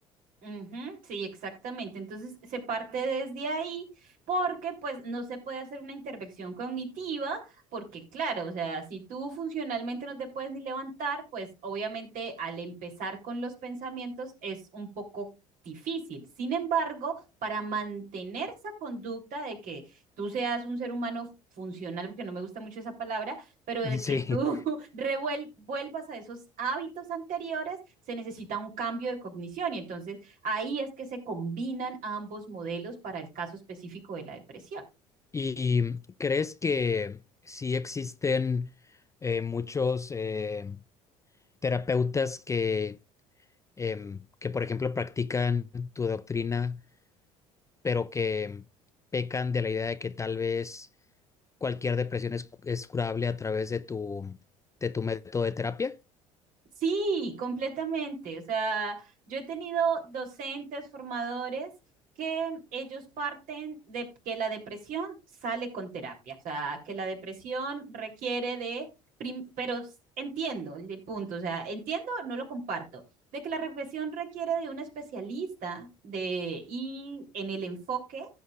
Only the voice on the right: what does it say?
Ujú, sí, exactamente. Entonces se parte desde ahí porque pues no se puede hacer una intervención cognitiva porque claro, o sea, si tú funcionalmente no te puedes ni levantar, pues obviamente al empezar con los pensamientos es un poco difícil. Sin embargo, para mantener esa conducta de que tú seas un ser humano funcional, porque no me gusta mucho esa palabra, pero de
que tú <laughs> revuel- vuelvas a esos hábitos anteriores, se necesita un cambio de cognición y entonces Ahí es que se combinan ambos modelos para el caso específico de la depresión.
Sí, completamente. O sea, yo he tenido docentes, formadores, que ellos parten de que la depresión sale con terapia, o sea, que la depresión requiere de, prim- pero s- entiendo el punto, o sea, entiendo, no lo comparto, de que la depresión requiere de un especialista de, y en el enfoque